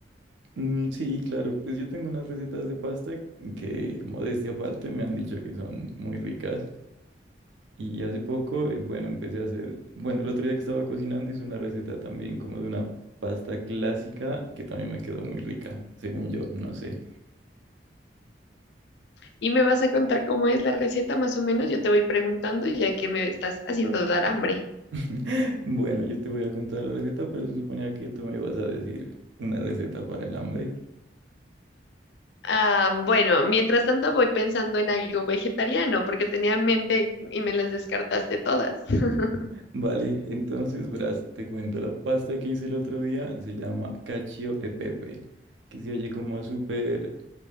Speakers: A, on the right (about 85°); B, on the left (about 70°).
A: Mm, sí, claro, pues yo tengo unas recetas de pasta que, modestia aparte, me han dicho que son muy ricas. Y hace poco, eh, bueno, empecé a hacer, bueno, el otro día que estaba cocinando hice una receta también como de una pasta clásica que también me quedó muy rica, según yo, no sé.
B: y me vas a contar cómo es la receta más o menos. Yo te voy preguntando ya que me estás haciendo dar hambre.
A: <laughs> Bueno, yo te voy a contar la receta, pero se suponía que tú me ibas a decir una receta para el hambre.
B: Ah, bueno, mientras tanto voy pensando en algo vegetariano porque tenía en mente y me las descartaste todas. <laughs>
A: Vale, entonces, verás, te cuento, la pasta que hice el otro día se llama cacio e pepe, que se oye como súper